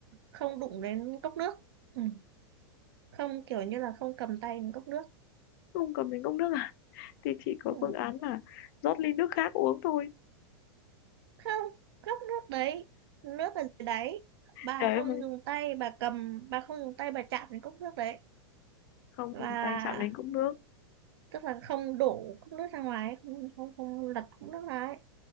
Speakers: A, on the right; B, on the left.
A: không đụng đến cốc nước. Ừ. Không kiểu như là không cầm tay đến cốc nước.
B: <laughs> không cầm đến cốc nước à thì chỉ có
A: Ừ.
B: phương án là rót ly nước khác uống thôi
A: không cốc nước đấy nước ở dưới đáy bà
B: trời
A: không
B: ơi
A: dùng tay bà cầm bà không dùng tay bà chạm đến cốc nước đấy
B: không
A: và
B: dùng tay chạm đến cốc nước
A: tức là không đổ cốc nước ra ngoài ấy, không không, không lật cốc nước ra ấy